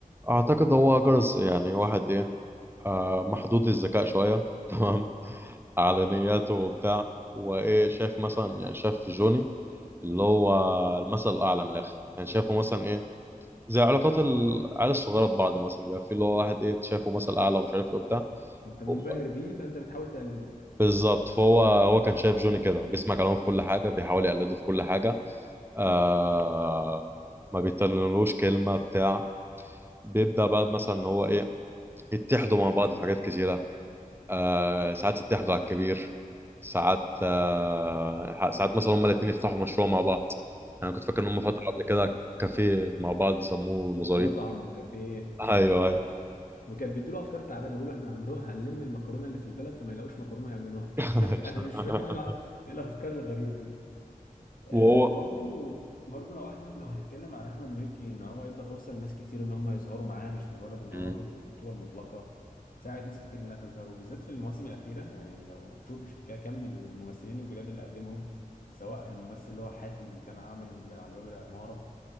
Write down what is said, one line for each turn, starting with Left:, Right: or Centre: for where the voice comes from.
Right: اعتقد هو جرس يعني واحد ايه آه محدود الذكاء شويه <laughs> تمام على نياته وبتاع وايه شايف مثلا يعني شايف في جوني اللي هو المثل الاعلى من الاخر يعني شايفه مثلا ايه زي علاقات العيال الصغيره ببعض مثلا بيبقى في اللي هو واحد ايه أنت شايفه مثل اعلى ومش عارف ايه وبتاع
Left: انت منبهر
Right: هو-
Left: بيه فانت بتحاول تقلده
Right: بالظبط فهو هو كان شايف جوني كده بيسمع كلامه في كل حاجه بيحاول يقلده في كل حاجه آه ما بيتكلملوش كلمه بتاع بيبدا بقى مثلا ان هو ايه يتحدوا مع بعض في حاجات كتيره آه ساعات يتحدوا على الكبير ساعات آه ساعات مثلا هما الاتنين يفتحوا مشروع مع بعض انا كنت فاكر ان هم
Left: صح
Right: فتحوا قبل كده كافيه مع بعض سموه المزاريط
Left: مطعم وكافيه
Right: ايوه ايوه
Left: وكان بيديله افكار تعبانه بيقولوا احنا هنروح هنلم المكرونه اللي في البلد فما يلاقوش مكرونه يعملوها
Right: <laughs>
Left: <laughs> انا مش فاهم إيه الع- إيه الافكار الغريبه دي آه
Right: وهو
Left: برضو برضو لو احمد لو هنتكلم عن احمد مكي ان هو ادى فرصه لناس كتير ان هم يظهروا معاه مش مجرد ان
Right: مم.
Left: هو واخد البطوله المطلقه ساعد ناس كتير انها تظهر وبالذات في المواسم الاخيره يعني لو تشوف ش- كم الممثلين الجداد اللي قدمهم سواء الممثل اللي هو حاتم اللي كان عامل على باب العماره